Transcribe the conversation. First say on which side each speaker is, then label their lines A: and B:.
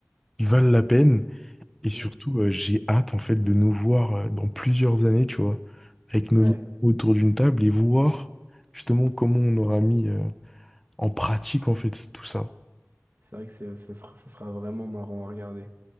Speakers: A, in the centre; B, on the right (about 50°).
A: qui valent la peine. Et surtout,
B: Mm.
A: euh, j'ai hâte, en fait, de nous voir euh, dans plusieurs années, tu vois, avec nos
B: Ouais,
A: enfants autour d'une table et voir justement comment on aura mis euh, en pratique, en fait, tout ça.
B: c'est vrai que c'est- ça sera, ça sera vraiment marrant à regarder.